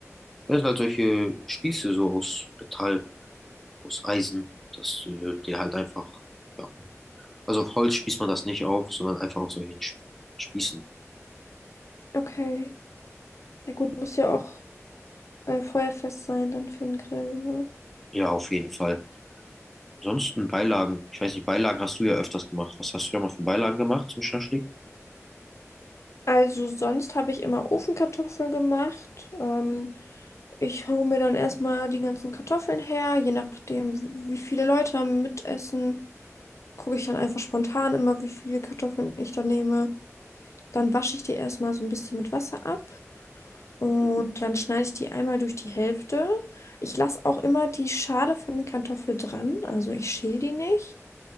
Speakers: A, in the centre; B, on the left.
A: Das sind halt solche Spieße so aus Metall, aus Eisen, dass äh, die halt einfach, ja. Also auf Holz spießt man das nicht auf, sondern einfach auf solchen Sp- Spießen.
B: Okay. Ja gut, muss ja auch äh, feuerfest sein dann für den Grill, ne?
A: Ja, auf jeden Fall. Ansonsten Beilagen. Ich weiß nicht, Beilagen hast du ja öfters gemacht. Was hast du da mal für Beilagen gemacht zum Schaschlik?
B: Also sonst habe ich immer Ofenkartoffeln gemacht. Ähm, ich hole mir dann erstmal die ganzen Kartoffeln her, je nachdem, wie viele Leute mitessen, gucke ich dann einfach spontan immer, wie viele Kartoffeln ich da nehme. Dann wasche ich die erstmal so ein bisschen mit Wasser ab und dann schneide ich die einmal durch die Hälfte. Ich lasse auch immer die Schale von den Kartoffeln dran, also ich schäle die nicht.